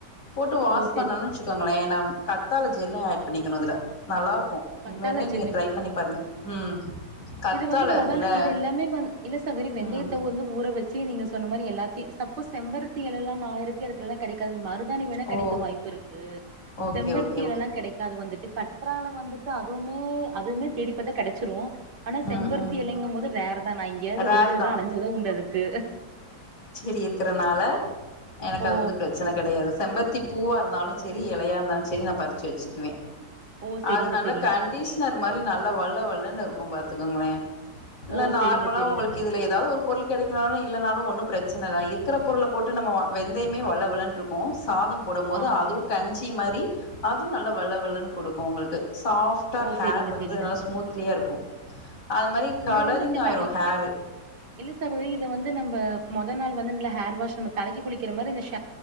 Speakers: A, on the left; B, on the right.
A: போட்டு வாஷ்
B: ஓ செரி
A: பண்ணும்னு வச்சுக்கோங்களே நம் கத்தால ஜெல்லு ஆட் பண்ணிக்கணு இதுல நல்லா இருக் கு
B: கத்தால
A: உண்மைமேலுமே
B: ஜில்லு
A: நீங்க ட்ரை பண்ணி பாருங்க ம் கத்தாழ
B: இது வந்து மொதன
A: இருக்குல்ல
B: இது எல்லாமே வந்து இல்ல சகோதரி வெந்தயத்த
A: ம்
B: வந்து ஊற வச்சு நீங்க சொன்ன மாரி எல்லாத்தியு தப்பு செம்பருத்தி எலெல்லா நா இருக்கு இடத்துல எல்லா கெடைாது மருதாணி வேணா கெடைக்க
A: ஓ
B: வாய்ப்பு இருக்கு
A: ஓகே
B: செம்பருத்தி
A: ஓகே
B: எலல்லா
A: ஓகே
B: கெடைக்காது வந்துட்டு கற்றால வந்துட்டு அதுவுமே அதுவுமே தேடிப் பாத்தா கெடச்சுரு ஆனா செம்பருத்தி
A: ம் ம்
B: இளைங்கும் போது ரேர்தா நா எங்கையாவது
A: ரேர்
B: ரோடு ரோடா
A: தான்
B: அலைஞ்சாத உண்டாதா அதுக்கு
A: இப்டி இருக்கிறனால எனக்கு
B: ஓ
A: அது வந்து பிரச்சன கெடையாது செம்பருத்தி பூவா இருந்தாலு சேரி இலையா இருந்தாலு சேரி நா பறிச்சு வச்சுக்குவே
B: ஓ செரிங்க
A: அது நாள
B: செரிங்க
A: கண்டிஷனர்
B: சகோதரி
A: மாரி நல்லா வழ வாழணு இருக்கு பாத்துக்கோங்ளே இல்ல
B: ஓ
A: நார்மலா
B: செரிங்க செரிங்க
A: உங்களுக்கு
B: சகோதரி
A: இதுல ஏதாவது ஒரு பொருள் கெடைக்கனாலு இல்லைனாலு ஒண்ணு பிரச் சனதா இருக்கிற பொருள போட்டு நம்ம வா வெந்தயமே வழ வழன்ருக்கு சாதம் போடும் போது
B: ஆமா
A: அதுவும்
B: ஆமா
A: கஞ்சி மாரி அதுவு நல்லா வழ வழன்னு குடுக்கு உங்களுக்கு சாப்டா
B: ஓ
A: ஹேர்
B: செரிங்க
A: வந்து
B: செரிங்க
A: நல்லா
B: சகோதரி
A: ஸ்மூத்லியா இருக்கு அது மாரி கலரிங்
B: இது வந்து அப்டி
A: ஆயிரு
B: தலக்குளிக்
A: ஹேரு
B: இல்ல சகோதரி இது வந்து நம்ம மொதல் நாள் இது வந்து நல்ல ஹேர்வாஷ் நம்ம தலைக்கி குளிக்கற மாரி இந்த ஷாம்